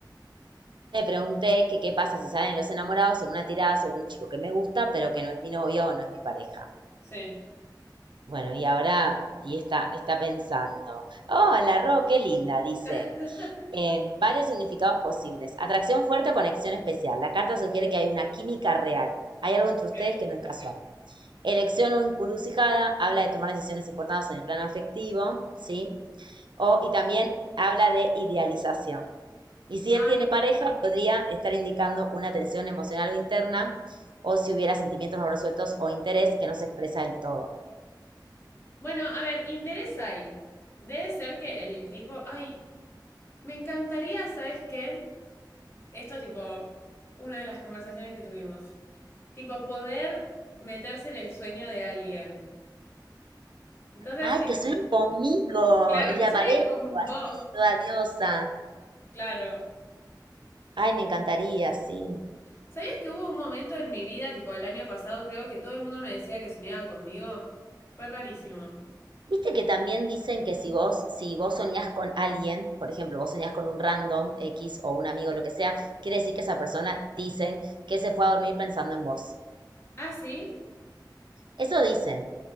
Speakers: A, on the right (about 80°); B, on the left (about 35°).
A: Le pregunté que qué pasa si salen los enamorados en una tirada sobre un chico que me gusta, pero que no es mi novio o no es mi pareja.
B: sí.
A: Bueno, y ahora, y está, está pensando. Hola, Ro, qué linda, dice.
B: <laughs>
A: Eh, varios significados posibles. Atracción fuerte o conexión especial. La carta sugiere que hay una química real. Hay algo entre
B: Ok.
A: ustedes que no es casual. Elección o encrucijada habla de tomar decisiones importantes en el plano afectivo, ¿sí? O, y también habla de idealización. Y si
B: Ay.
A: él tiene pareja, podría estar indicando una tensión emocional o interna, o si hubiera sentimientos no resueltos o interés que no se expresa del todo.
B: Bueno, a ver, interés hay. Debe ser que el tipo, ay, me encantaría, ¿sabes qué? Esto tipo, una de las conversaciones que tuvimos. Tipo, poder meterse en el sueño de alguien. Entonces,
A: ¡Ay,
B: tipo,
A: que sueñe conmigo!
B: claro,
A: Y le
B: que
A: aparezco
B: soy con vos,
A: así, toda diosa.
B: claro.
A: Ay, me encantaría, sí.
B: ¿Sabías que hubo un momento en mi vida, tipo el año pasado, creo que todo el mundo me decía que soñaba conmigo? Fue rarísimo.
A: Viste que también dicen que si vos, si vos soñás con alguien, por ejemplo, vos soñás con un random X o un amigo, lo que sea, quiere decir que esa persona dicen que se fue a dormir pensando en vos.
B: ¿Ah, sí?
A: Eso dicen.